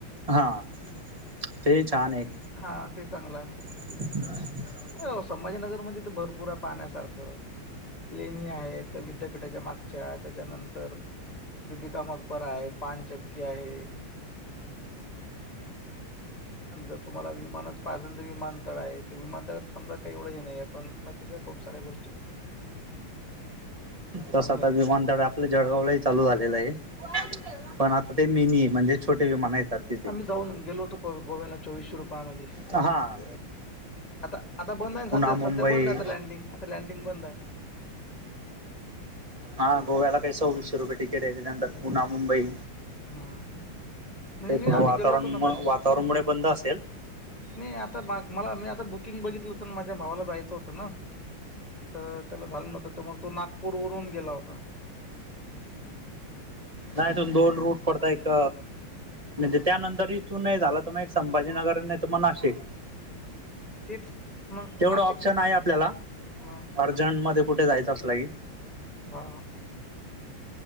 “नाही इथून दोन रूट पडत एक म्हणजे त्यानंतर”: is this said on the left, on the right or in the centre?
Right